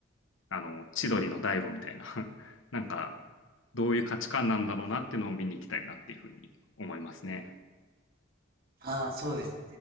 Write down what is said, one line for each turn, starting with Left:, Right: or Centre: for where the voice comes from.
Left: あの、千鳥の大悟みたいな、<laughs> なんか、どういう価値観なんだろうなっていうのを見に行きたいなっていうふうに思いますね。
Right: <laughs> ああ、そうです。